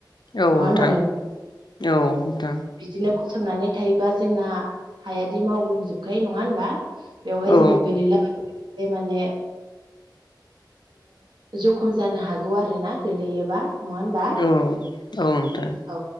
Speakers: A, on the left; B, on the right.
A: औ नोंथां
B: नङा होनबा
A: औ नोंथां।
B: बिदिनो गसंनानै थायोबा जोंना हायादि मावग्लुंजोबखायो नङा होनबा बेवहाय
A: औ
B: जोङो गोलैला बे माने जखम जानो हागौ आरो <unintelligible> गोलैयोबा नङा होनबा
A: औ औ नोंथां।
B: औ